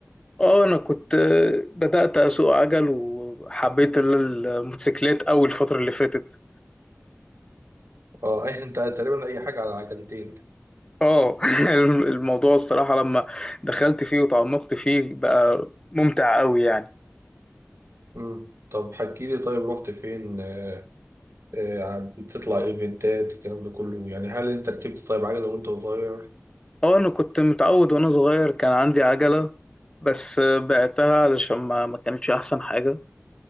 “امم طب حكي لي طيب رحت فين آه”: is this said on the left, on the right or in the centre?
Right